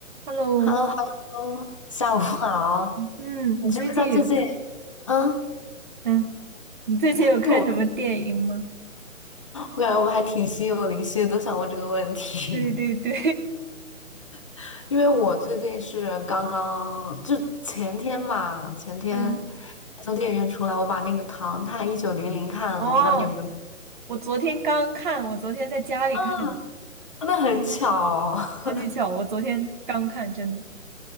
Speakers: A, on the right (about 35°); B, on the left (about 25°).
A: Hello，
B: h e l l o h e l l o 下午好。
A: 嗯，
B: 你知不知道最近，
A: 你最近有
B: 嗯，
A: 嗯，你最近有看什么电影吗？
B: 就我们我感觉我们还挺心有灵犀的，都想问这个问题。
A: <laughs> 对对对，
B: <laughs> 因为我最近是刚刚，就前天吧，前天
A: <laughs> 嗯，
B: 才从电影院出来，我把那个《唐探一九零零》看了，
A: 哦，
B: 我不知道你有没有？
A: 我昨天刚看，我昨天在家里看的，
B: 啊，那很巧。<laughs>
A: 超级巧，我昨天刚看，真的，